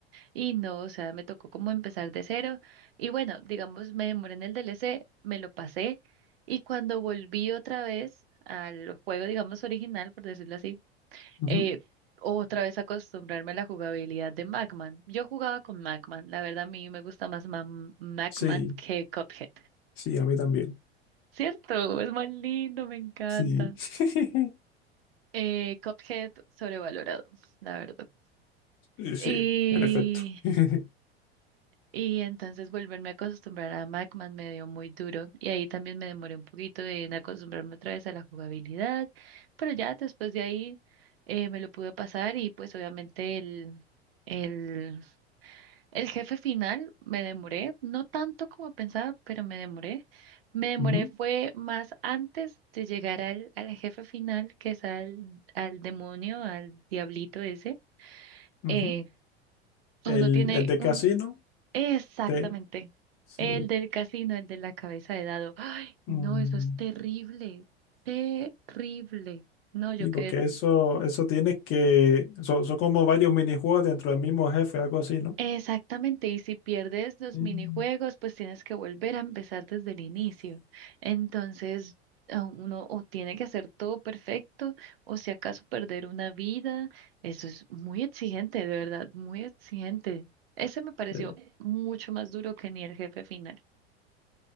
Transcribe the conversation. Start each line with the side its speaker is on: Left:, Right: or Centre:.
Right: Y no, o sea, me tocó como empezar de cero. Y bueno, digamos, me demoré en el DLC, me lo pasé. Y cuando volví otra vez al juego, digamos, original, por decirlo así,
Left: ujú.
Right: eh, otra vez acostumbrarme a la jugabilidad de Magman. Yo jugaba con Magman. La verdad, a mí me gusta más Ma- Magman
Left: Sí,
Right: que Cuphead.
Left: sí, a mí también.
Right: ¿Cierto? Es más lindo, me encanta.
Left: Sí. <laughs>
Right: Eh, Cuphead sobrevalorado, la verdad.
Left: Sí, sí,
Right: Y
Left: en efecto. <laughs>
Right: Y entonces volverme a acostumbrar a Macman me dio muy duro y ahí también me demoré un poquito en acostumbrarme otra vez a la jugabilidad, pero ya después de ahí eh, me lo pude pasar y pues obviamente el, el, el jefe final me demoré, no tanto como pensaba, pero me demoré. Me demoré
Left: Ujú,
Right: fue más antes de llegar al, al jefe final, que es al, al demonio, al diablito ese.
Left: ujú.
Right: Eh,
Left: El,
Right: uno tiene
Left: el de
Right: un,
Left: casino,
Right: Exactamente.
Left: te, sí.
Right: El del casino, el de la cabeza de dado. Ay, no,
Left: Mm.
Right: eso es terrible, terrible. No, yo
Left: Sí,
Right: quedé.
Left: porque eso, eso tienes que, son, son como varios minijuegos dentro del mismo jefe, algo así, ¿no?
Right: Exactamente, y si pierdes los
Left: Mm.
Right: minijuegos, pues tienes que volver a empezar desde el inicio. Entonces, a uno o tiene que hacer todo perfecto, o si acaso perder una vida. Eso es muy exigente, de verdad, muy exigente. Ese me pareció
Left: Eh,
Right: mucho más duro que ni el jefe final.